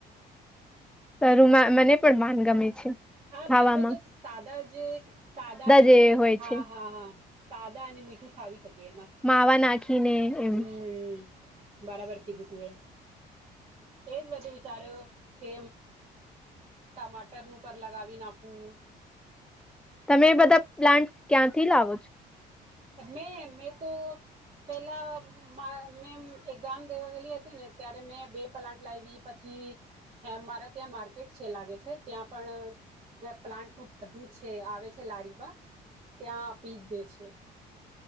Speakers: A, in the centre; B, on the right.
A: શુંરુમાં મને પણ પાન ગમે છે
B: હા
A: ખાવામાં
B: મીઠો તો જ સાદા જ સાદા અને
A: જે
B: મીઠ
A: હોય
B: હા
A: છે
B: હા હા સાદા અને મીઠું ખાવી <unintelligible>
A: માવા નાખીને એમ
B: હમ બરાબર કીધું તું એ એજ બધુ વિચાર્યો કે ટમાટરનું ઉપર લગાવી નાખું
A: તમે એ બધા પ્લાન્ટ ક્યાંથી લાવો છો
B: મેમ મેં તો પેલા મે એક્ઝામ દેવા ગયલી હતી ને ત્યારે મેં બે પ્લાન્ટ લાવી પછી મારા ત્યાં માર્કેટ છે લાગે છે ત્યાં પણ પ્લાન્ટનું બધું છે આવે છે લારીમાં ત્યાં આપી દે છે